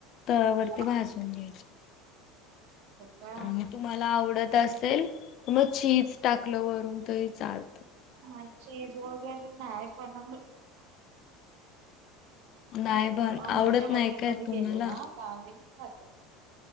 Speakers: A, on the left; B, on the right.
A: तव्यावरती
B: हो
A: भाजून घ्यायचे
B: का?
A: आणि मला आवडत असेल तर मग चीज टाकलं वरून तरी चाल
B: मग चिज वगैरे नाही पण
A: नाही
B: असंच
A: पण आवडत
B: आम्ही म्हणजे
A: नाही
B: हॉटेलमध्ये
A: काय तुम्हाला
B: गेलो ना तर आम्ही खातो.